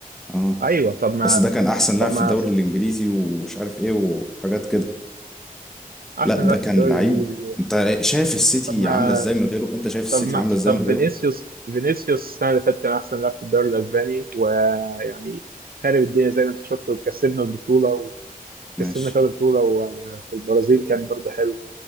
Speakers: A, in the centre; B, on the right.
A: اه
B: ايوه طب ما
A: بس ده كان احسن لاعب
B: طب
A: في
B: ما
A: الدوري الانجليزي ومش عارف ايه وحاجات كده
B: احسن
A: لا ده
B: لاعب
A: كان
B: في الدوري
A: لعيب
B: الانجليزي ليه
A: انت شايف السيتي
B: طب ما
A: عامله ازاي من غيره انت شايف السيتي
B: طب ما
A: عامله ازاي
B: طب
A: من غيره
B: فينيسيوس فينيسيوس السنة اللي فاتت كان احسن لاعب في الدوري الاسباني ويعني خارب الدنيا زي ما انت شفت وكسبنا البطولة وكسبنا
A: ماشي
B: كذا بطولة وفي البرازيل كان برضه حلو